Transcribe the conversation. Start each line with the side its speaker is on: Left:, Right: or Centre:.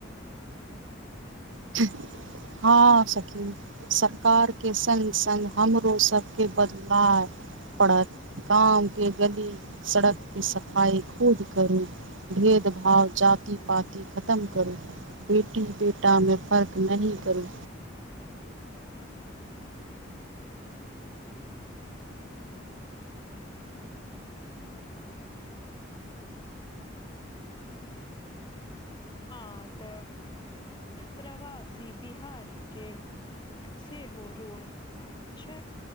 Right: <unintelligible> हँ सखी। सरकार के संग-संग हमरो सबके बदलाइ परत। गाँवके गली, सड़कके सफाई खुद करू। भेदभाव जाति-पाति खतम करू बेटी बेटामे। फर्क नहीं करू।
Left: हं त प्रवासी बिहारी के सेहो रोल छैेक।